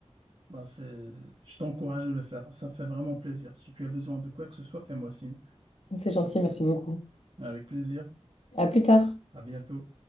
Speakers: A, on the right (about 50°); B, on the left (about 70°).
A: Ben, c'est, je t'encourage à le faire. Ça fait vraiment plaisir. Si tu as besoin de quoi que ce soit, fais-moi signe.
B: C'est gentil, merci beaucoup.
A: Avec plaisir.
B: À plus tard.
A: À bientôt.